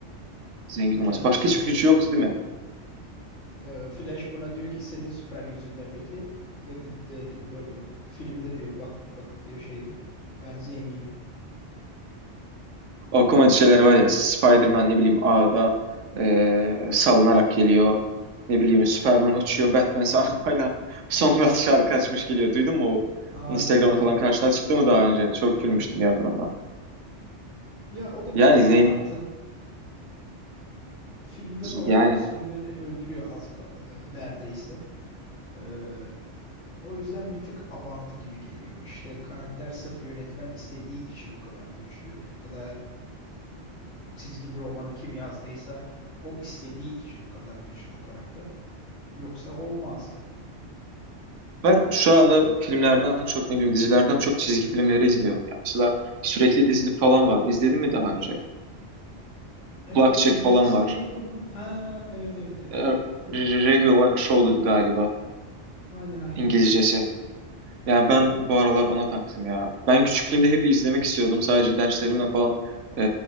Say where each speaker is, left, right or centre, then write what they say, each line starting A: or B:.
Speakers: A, on the right; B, on the left.
A: zengin
B: Bunu
A: olması.
B: kendisi
A: Başka
B: söylüyor.
A: hiçbir gücü yoktu değil mi?
B: Ee, Flash buna diyor ki senin süper gücün ne peki? Bu da gidip de böyle filmde diyor bak bakıp diyor şey diyor. Ben zenginim.
A: O komedi şeyler var ya Spider-Man ne bileyim ağda eee, salınarak geliyor. Ne bileyim Superman uçuyor. Batman ise arabayla <laughs> Songülen şarkı açmış geliyor. Duydun mu o?
B: Aynen
A: Instagram'da
B: aynen.
A: falan karşına çıktı mı daha önce? Çok
B: Evet
A: gülmüştüm
B: evet.
A: ya ben ona.
B: Ya o da
A: Yani
B: biraz abartı.
A: zengin
B: Filmde falan
A: yani
B: Superman'i öldürüyor az ka- e, neredeyse. Ee, o yüzden bir tık abartı gibi geliyor. İşte karakter sırf yönetmen istediği için o kadar güçlü ya da çizgi romanı kim yazdıysa o istediği için o kadar güçlü o karakter. Yoksa olmazdı.
A: Ben şu anda filmlerden çok ne bileyim dizilerden çok çizgi filmleri izliyorum. Ya. Mesela sürekli dizili falan var. İzledin mi daha önce?
B: Evet
A: Kulakçek
B: evet İngilizcesi
A: falan var.
B: neydi onun? Ha evet evet evet.
A: E, Regular Show'du galiba
B: Aynen aynen.
A: İngilizcesi. Yani ben bu aralar ona taktım ya. Ben küçüklüğümde hep izlemek istiyordum. Sadece derslerimle falan e,